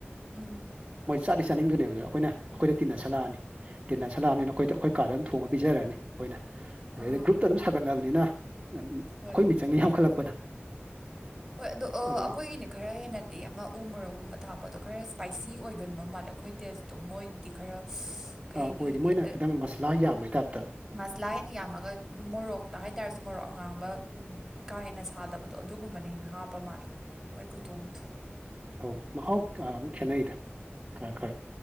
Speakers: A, in the centre; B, on the right.
A: ꯎꯝ
B: ꯃꯣꯏ ꯆꯥꯗꯤ ꯆꯥꯅꯤꯡꯗꯣꯏꯅꯦꯕ ꯗ ꯑꯈꯣꯏꯅ ꯑꯈꯣꯏꯗ ꯇꯤꯟꯅꯁꯜꯂꯑꯅꯤ ꯇꯤꯟꯅꯁꯜꯂꯑꯝꯅꯤꯅ ꯑꯈꯣꯏꯗ ꯑꯈꯣꯏ ꯀꯥꯗ <unintelligible> ꯊꯣꯡꯉ ꯄꯤꯖꯔꯅꯤ ꯑꯈꯣꯏꯅ ꯗꯩꯗꯤ
A: ꯑꯥ
B: ꯒ꯭ꯔꯨꯞꯇ ꯑꯗꯨꯝ ꯁꯥꯒꯠꯂꯑꯕꯅꯤꯅ <unintelligible>
A: ꯍꯣꯏ
B: ꯑꯈꯣꯏ ꯃꯤꯆꯪꯅ ꯌꯥꯝꯈꯠꯂꯛꯄꯗꯣ
A: ꯍꯣꯏ ꯑꯗꯣ ꯑꯣ
B: ꯑꯗꯨꯃꯥꯏꯅ
A: ꯑꯈꯣꯏꯒꯤꯅꯦ ꯈꯔ ꯍꯦꯟꯅꯗꯤ ꯑꯃ ꯎ ꯃꯣꯔꯣꯛꯀꯨꯝꯕ ꯊꯥꯛꯄꯗꯣ ꯈꯔ ꯁ꯭ꯄꯥꯏꯁꯤ ꯑꯣꯏꯒꯟꯕ ꯃꯥꯜꯂꯦ ꯑꯈꯣꯏ ꯇꯦꯁ ꯇꯣ ꯃꯣꯏꯗꯤ ꯈꯔ <unintelligible>
B: ꯑꯥ ꯑꯣꯏꯗꯦ ꯃꯣꯏꯅ
A: ꯑ
B: ꯈꯤꯇꯪ ꯃꯁꯂꯥ ꯌꯥꯝꯕꯩ ꯇꯥꯏꯞꯇ
A: ꯃꯁꯂꯥ ꯍꯦꯟꯅ ꯌꯥꯝꯃꯒ ꯃꯣꯔꯣꯛꯇ ꯍꯥꯏꯇꯥꯥꯔꯁꯨ ꯃꯣꯔꯣꯛ ꯑꯉꯥꯡꯕ ꯎꯝ ꯀꯥ ꯍꯦꯟꯅ ꯁꯥꯗꯕꯗꯣ ꯑꯗꯨꯒꯨꯝꯕꯅ ꯍꯦꯟꯅ ꯍꯥꯞꯄ ꯃꯥꯜꯂꯦ ꯃꯣꯏ ꯈꯨꯇ‌ꯣꯡꯗꯣ
B: ꯑꯣ ꯃꯍꯥꯎ ꯀꯥ ꯑꯝ ꯈꯦꯠꯅꯩꯗ ꯈꯔ ꯈꯔ